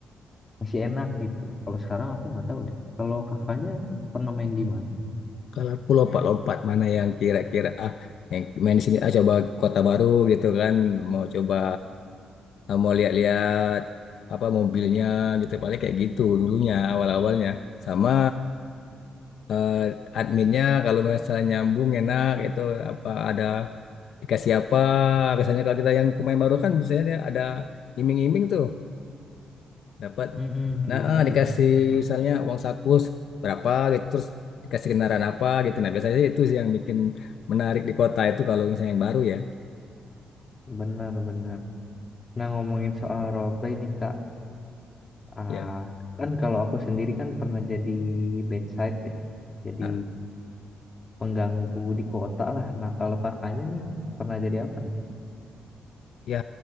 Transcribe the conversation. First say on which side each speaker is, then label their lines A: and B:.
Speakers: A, on the left; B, on the left.
A: masih enak gitu. Kalau sekarang aku nggak tahu deh. Kalau kakaknya pernah main di mana?
B: Kalau aku lompat-lompat mana yang kira-kira ah yang main di sini ah coba kota baru gitu kan mau coba ah, mau lihat-lihat apa mobilnya gitu paling kayak gitu dulunya awal-awalnya sama eh, adminnya kalau misalnya nyambung enak itu apa ada dikasih apa biasanya kalau kita yang pemain baru kan biasanya dia ada iming-iming tuh dapat
A: Mm-mm,
B: nah
A: benar,
B: eh, dikasih misalnya uang saku berapa gitu terus dikasih kendaraan apa gitu nah biasanya sih itu sih yang bikin menarik di kota itu kalau misalnya yang baru ya
A: benar, benar. Nah, ngomongin soal role play nih, Kak. Ah,
B: ya
A: kan kalau aku sendiri kan pernah jadi bedside ya. Jadi
B: Ah,
A: pengganggu di kota lah. Nah, kalau kakaknya nih pernah jadi apa nih?
B: ya